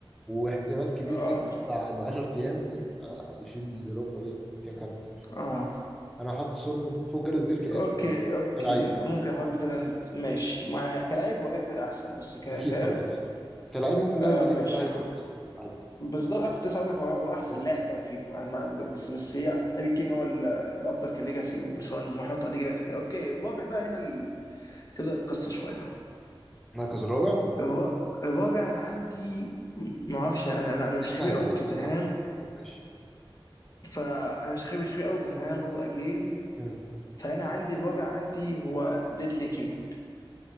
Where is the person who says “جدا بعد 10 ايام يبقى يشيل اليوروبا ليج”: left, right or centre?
Centre